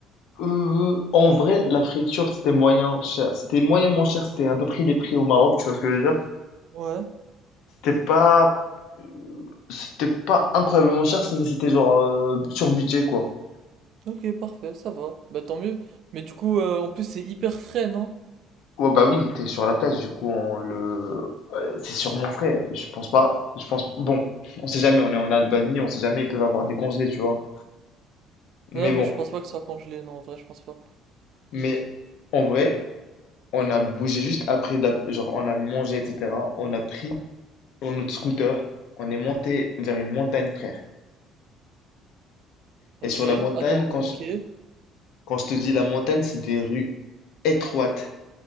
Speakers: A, on the left; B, on the right.
A: Euh, en vrai, la friture, c'était moyen cher. C'était moyen moins cher. C'était à peu près les prix au Maroc, tu vois ce que je veux dire?
B: Ouais.
A: C'était pas, c'était pas incroyablement cher, mais c'était genre euh, sur budget, quoi.
B: Ok, parfait, ça va. Bah tant mieux. Mais du coup, euh, en plus, c'est hyper frais, non?
A: Oh bah oui, t'es sur la place, du coup, on le... euh, c'est sur mon frère, je pense pas, je pense... Bon, on sait jamais, on est en Albanie, on sait jamais, ils peuvent avoir des congés, tu vois. Mais
B: Non,
A: bon,
B: mais je pense pas que ça soit congelé, non, en vrai, je pense pas.
A: mais en vrai, on a bougé juste après, de la... genre on a mangé, etc. On a pris sur notre scooter, on est monté vers une montagne, frère. Et
B: Ok,
A: sur la montagne,
B: attends,
A: quand
B: ok.
A: je, quand je te dis la montagne, c'est des rues étroites,